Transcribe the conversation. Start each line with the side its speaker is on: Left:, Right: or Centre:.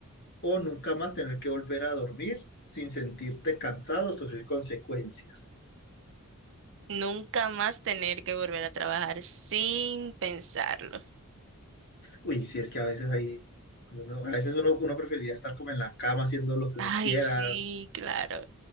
Left: o nunca más tener que volver a dormir sin sentirte cansado o sufrir consecuencias.
Right: Nunca más tener que volver a trabajar sin pensarlo.
Left: Uy, si es que a veces hay, uno- a veces uno, uno preferiría estar como en la cama haciendo lo que
Right: Ay,
Left: uno quiera.
Right: sí, claro.